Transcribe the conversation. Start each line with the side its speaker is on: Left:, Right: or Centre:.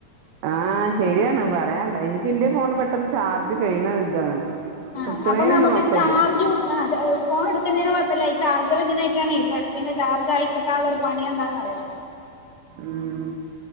Right: ആഹ് ശരിയാണ് പറയണ്ട ഇൻക്ക് ഇന്റെ ഫോണ് പെട്ടെന്ന് ചാർജ് കഴിണ ഇതാണ്
Left: ആഹ്
Right: കുത്തണേനൊന്നും
Left: അപ്പൊ നമുക്ക്
Right: കൊഴപ്പില്ല
Left: ചാർജും ആഹ് അത് ഫോണ് എടുക്കുന്നേന് കോഴപ്പല്ല ഈ ചാർജർ ഇങ്ങന ആയിട്ടാണെ പെട്ടെന്ന് ചാർജ് ആയി കിട്ടാള്ള പണി എന്താന്നറിയോ
Right: ഉം